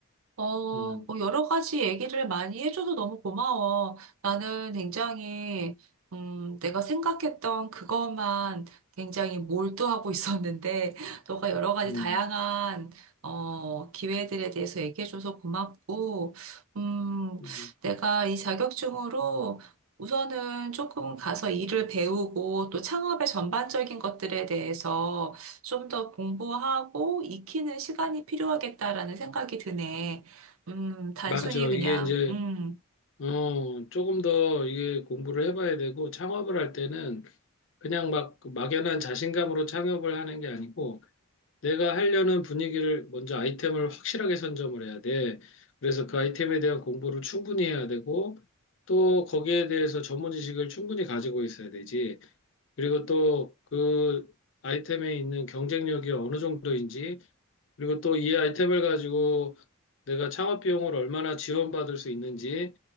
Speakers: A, on the right; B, on the left.
A: 어,
B: 음,
A: 뭐 여러 가지 얘기를 많이 해줘서 너무 고마워. 나는 굉장히, 음, 내가 생각했던 그것만 굉장히 몰두하고 <laughs> 있었는데, 너가 여러 가지
B: 음,
A: 다양한, 어, 기회들에 대해서 얘기해줘서 고맙고, 음,
B: 음.
A: 내가 이 자격증으로 우선은 조금 가서 일을 배우고, 또 창업의 전반적인 것들에 대해서 좀 더 공부하고 익히는 시간이 필요하겠다라는 생각이 드네. 음, 단순히
B: 맞아.
A: 그냥,
B: 이게 이제
A: 음.
B: 어, 조금 더 이게 공부를 해봐야 되고 창업을 할 때는 그냥 막 막연한 자신감으로 창업을 하는 게 아니고 내가 하려는 분위기를 먼저 아이템을 확실하게 선점을 해야 돼. 그래서 그 아이템에 대한 공부를 충분히 해야 되고, 또 거기에 대해서 전문 지식을 충분히 가지고 있어야 되지. 그리고 또 그 아이템에 있는 경쟁력이 어느 정도인지, 그리고 또 이 아이템을 가지고 내가 창업 비용을 얼마나 지원받을 수 있는지,